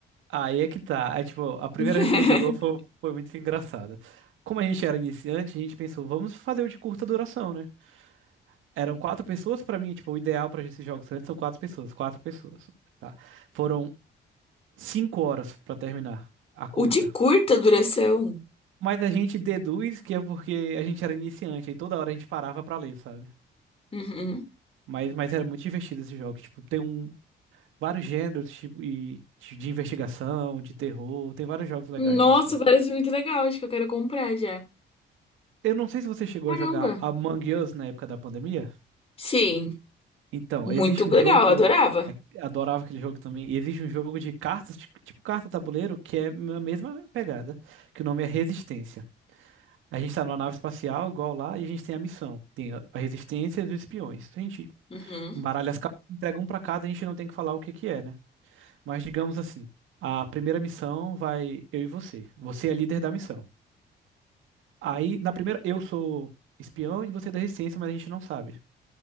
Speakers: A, on the right (about 85°); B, on the left (about 30°).
A: Aí é que tá. É tipo, a primeira
B: <laughs>
A: vez que a gente jogou foi, foi muito engraçada. Como a gente era iniciante, a gente pensou, vamos fazer o de curta duração, né? Eram quatro pessoas pra mim, tipo, o ideal pra esses jogos antes são quatro pessoas, quatro pessoas, tá? Foram cinco horas pra terminar a curta.
B: O de curta duração.
A: Mas a gente deduz que é porque a gente era iniciante e toda hora a gente parava pra ler, sabe?
B: Uhum.
A: Mas, mas era muito divertido esse jogo. Tipo, tem um, vários gêneros, tipo, e, de de investigação, de terror, tem vários jogos legais,
B: Nossa,
A: assim.
B: parece muito legal. Acho que eu quero comprar já.
A: Eu não sei se você chegou
B: Caramba.
A: a jogar Among Us na época da pandemia.
B: Sim,
A: Então,
B: muito
A: existe
B: legal.
A: um jogo.
B: Adorava.
A: é, Adorava aquele jogo também. E existe um jogo de cartas, ti- tipo carta tabuleiro, que é a mesma pegada, que o nome é Resistência. A gente tá numa nave espacial, igual lá, e a gente tem a missão. Tem a a Resistência e os espiões. Então, A gente
B: Uhum.
A: Embaralha as cartas, entrega um pra cada, a gente não tem que falar o que que é, né? Mas digamos assim, a primeira missão vai eu e você. Você é líder da missão. Aí, na primeira, eu sou espião e você é da resistência, mas a gente não sabe.